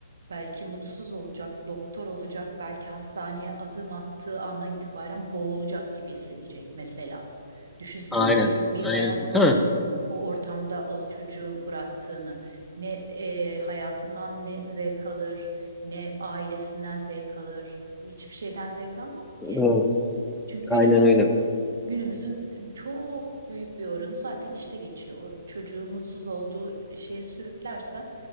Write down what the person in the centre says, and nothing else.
Aynen,
aynen.
Değil mi?
Evet,
aynen öyle.